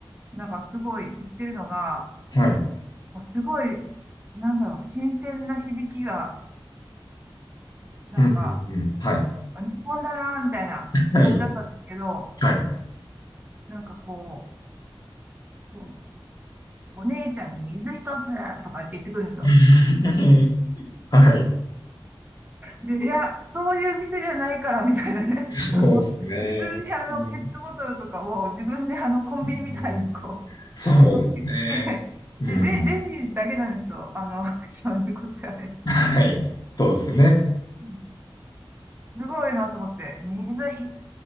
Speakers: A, on the right; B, on the left.
A: なんかすごい言ってるのが、
B: はい。
A: すごい、なんだろう、新鮮な響きが、なんか、
B: うん、うん、うん。はい。
A: あ日本だなーみたいな感じだったんですけど、
B: はい。はい。
A: なんかこう、こうお姉ちゃん水一つとかって言ってくるんですよ。
B: <laughs> はい。
A: で、いや、そういう店じゃないからみたいなね。<laughs>
B: そうですね。
A: あの普通にあのペットボトルとかを自分であのコンビニみたいにこう取ってきて、
B: うん、うんそうですね。うん。
A: で、レ、レジだけなんですよ。あの、<laughs> 基本でこっちはね。
B: はい。そうですね。
A: うんすごいなと思って、水一